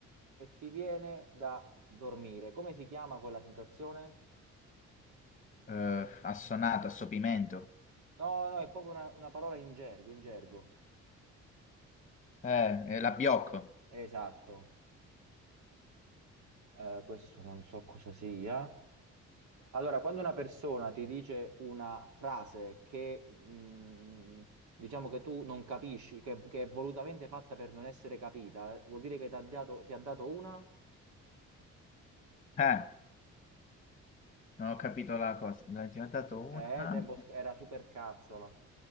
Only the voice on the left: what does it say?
Eh, assonato, assopimento.
Eh, è la Biocco.
Eh, non ho capito la cosa. Ne ho già dato
una.